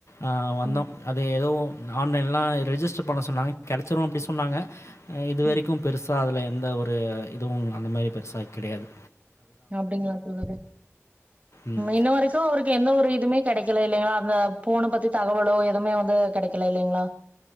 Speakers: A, on the left; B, on the right.
A: ஆ வந்தோ
B: ம்
A: அது ஏதோ ஆன்லைன்ல்லா ரெஜிஸ்டர் பண்ண சொன்னாங்க கெடச்சிரு அப்டி சொன்னாங்க ஆ இதுவரைக்கு
B: ம்
A: பெருசா அதில எந்த ஒரு இதுவும் அந்த மாரி பெருசா கெடையாது
B: அப்டிங்ளா தோழரே
A: ம்
B: இன்னு வரைக்கு அவருக்கு எந்த ஒரு இதுமே கெடைக்கல இல்லைங்ளா அந்த ஃபோன பத்தி தகவலோ எதுமே வந்து கெடைக்கல இல்லைங்ளா